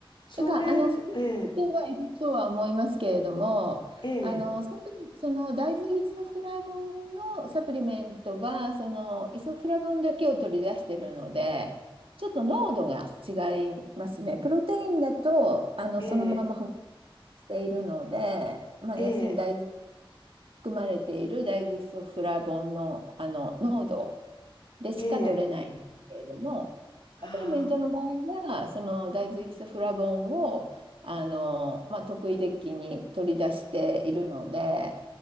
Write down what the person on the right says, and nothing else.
だから、あの、含まれてはいるとは思いますけれども、
あの、サプリ、その大豆イソフラボンのサプリメントは、そのイソフラボンだけを取り出してるので、ちょっと濃度が違いますね。プロテインだと、あの、
そのまま含まれているので、まあ、
要するに大豆、含まれている大豆イソフラボンの、あの濃度でしか取れないんですけれども、
サプリメントの場合は、その大豆イソフラボンをあの、まあ、特異的に取り出しているので、